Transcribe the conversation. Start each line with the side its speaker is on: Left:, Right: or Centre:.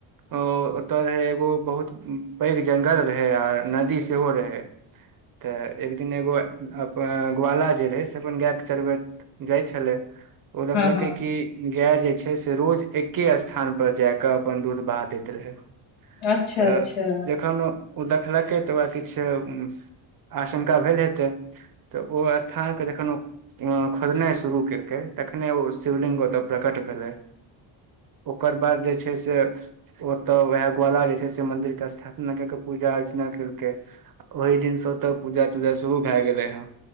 Right: ओ ओतय रहै एगो बहुत पैघ जंगल रहै आ नदी सेहो रहै तऽ एक दिन एगो ग्वाला जे रहै से अपन गायके चरबैत जाइ छलै ओ देखलकै
Left: हँ हँ
Right: कि गाय जे छै से रोज एके स्थान पर जाय के अपन दूध बहा दैत रहै
Left: अच्छा
Right: तऽ
Left: अच्छा
Right: जखन ओ देखलकै तऽ ओकरा किछु आशंका भेल हेतै तऽ ओ स्थानपर जखन ओ खोदनाइ शुरू केलकै तखने ओ शिवलिंग ओतय प्रकट भेलै ओकर बाद जे छै से ओतऽ वएह ग्वाला जे छै से मंदिर के स्थापना कैके पूजा अर्चना करके ओहि दिनसँ ओतऽ पूजा तूजा शुरू भए गेलै हं